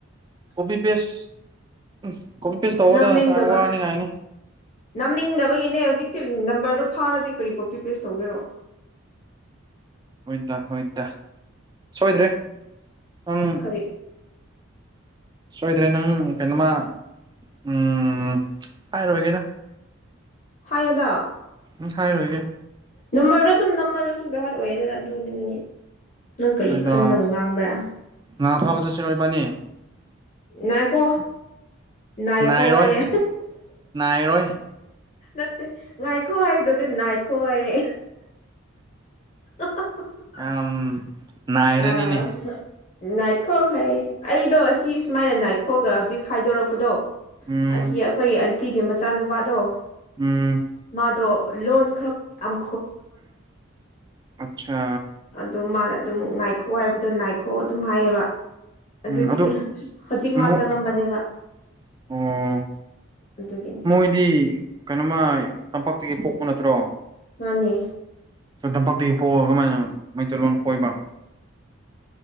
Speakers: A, on the right; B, on the left.
A: ꯀꯣꯕꯤ ꯄꯁ ꯎꯝ ꯀꯣꯕꯤ ꯄꯦꯁ ꯇꯧꯑꯣꯗ
B: ꯅꯝꯅꯤꯡꯗꯕ
A: ꯋꯥꯅꯤꯉꯥꯏꯅꯤ
B: ꯅꯝꯅꯤꯡꯗꯕꯒꯤꯅꯦ ꯍꯧꯖꯤꯛꯇꯤ ꯅꯝꯕꯔꯗꯨ ꯐꯥꯔꯗꯤ ꯀꯔꯤ ꯀꯣꯄꯤ ꯄꯦꯁ ꯇꯧꯒꯦꯔꯛꯑꯣ
A: ꯍꯣꯏꯇꯥ ꯍꯣꯏ ꯏꯇꯥ ꯁꯣꯏꯗ꯭ꯔꯦ ꯑꯪ
B: ꯀꯔꯤ
A: ꯁꯣꯏꯗ꯭ꯔꯦꯅꯪ ꯀꯩꯅꯃ ꯎꯝ ꯍꯥꯏꯔ ꯑꯣꯏꯒꯦꯗ
B: ꯍꯥꯏꯌꯦꯗ
A: ꯎ ꯍꯔ ꯑꯣꯏꯒꯦ
B: ꯅꯃꯜꯗꯣ ꯑꯗꯨꯝ ꯅꯝꯃꯜꯂꯁꯨ ꯚꯥꯏꯍꯠ ꯑꯣꯏꯌꯦꯦꯗꯅ ꯑꯗꯨꯅꯦ ꯅꯪ ꯀꯔꯤ
A: ꯍꯣꯏꯗ
B: ꯈꯟꯂ ꯉꯥꯡꯕ꯭ꯔꯥ
A: ꯉꯥ ꯐꯥꯕ ꯆꯠꯆꯔꯣꯏꯕꯅꯤ
B: ꯅꯥꯏꯈꯣ ꯅꯥꯏꯈꯣꯦ
A: ꯅꯥꯏꯔꯣꯏ ꯅꯥꯏꯔꯣꯏ
B: ꯅꯠꯇꯦ ꯉꯥꯏꯈꯣ ꯍꯥꯏꯗ ꯉꯏꯈꯣꯦ <inaudible>
A: ꯎ ꯅꯥꯥꯏꯔꯅꯤꯅꯦ
B: ꯑꯥ ꯅꯥꯏꯈꯣ ꯍꯥꯏꯌꯦ ꯑꯩꯗꯣ ꯁꯤ ꯁꯨꯃꯥꯏꯅ ꯅꯥꯏꯈꯣꯒ ꯍꯧꯖꯤꯛ ꯍꯥꯏꯗꯣꯔꯛꯄꯗꯣ
A: ꯎꯝ
B: ꯑꯁꯤ ꯑꯩꯈꯣꯏꯒꯤ ꯑꯟꯇꯤꯒꯤ ꯃꯆꯥꯅꯨꯄꯥꯗꯣ
A: ꯎꯝ
B: ꯑꯗꯣ ꯂꯣꯟ ꯈꯔ ꯑꯃ
A: ꯑꯆꯥ
B: ꯑꯗꯨꯝ ꯃꯥꯅ ꯑꯗꯨꯝ ꯉꯥꯏꯈꯣ ꯍꯥꯏꯕꯗꯣ ꯉꯥꯏꯈꯣ ꯑꯗꯨꯝ ꯍꯥꯏꯌꯦꯕ ꯑꯗꯨꯒꯤ
A: ꯎꯝ ꯑꯗꯨ
B: ꯍꯧꯖꯤꯛ
A: ꯑꯃꯨꯛ
B: ꯃꯥ ꯆꯪꯉꯝꯕꯅꯦꯕ
A: ꯑꯣ
B: ꯑꯗꯨꯒꯤꯅꯤ
A: ꯃꯣꯏꯗꯤ ꯀꯩꯅꯣꯃ ꯇꯝꯄꯥꯛꯇꯒꯤ ꯄꯣꯛꯄ ꯅꯠꯇ꯭ꯔꯣ
B: ꯃꯥꯅꯦ
A: ꯇꯝꯄꯥꯛꯛꯇꯒꯤ ꯐꯣꯛꯑꯒ ꯀꯃꯥꯏꯅ ꯃꯩꯇꯩꯂꯣꯟ ꯀꯣꯏꯕ